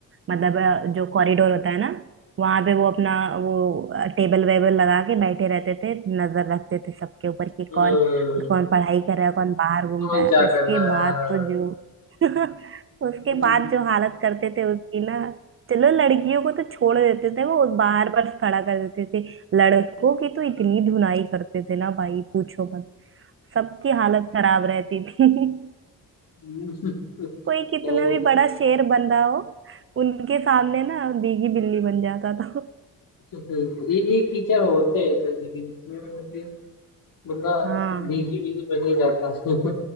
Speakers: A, on the right; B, on the left.
A: मतलब अ, जो कॉरिडोर होता है ना वहां पे वो अपना वो टेबल वेबल लगा के बैठे रहते थे नजर रखते थे सबके ऊपर कि
B: हाँ,
A: कौन कौन पढ़ाई कर रहा है कौन बाहर घूम
B: तो
A: रहा है
B: क्या कर
A: उसके
B: रहा
A: बाद
B: है हाँ
A: तो जो <laughs> उसके
B: हम्म,
A: बाद जो हालत करते थे उसकी ना चलो लड़कियों को तो छोड़ देते थे वो बाहर बस खड़ा कर देते थे लड़कों की तो इतनी धुनाई करते थे ना भाई पूछो मत सबकी हालत खराब रहती थी <laughs>
B: <laughs>
A: कोई कितना
B: क्या ही कर
A: भी
B: सकते
A: बड़ा शेर बन रहा हो उनके सामने ना भीगी बिल्ली बन जाता था
B: हैं। <laughs> ए- एक टीचर होते हैं ऐसे, लेकिन इसमें मतलब कि बंदा
A: हाँ
B: भीगी भीगी बन ही जाता है <laughs>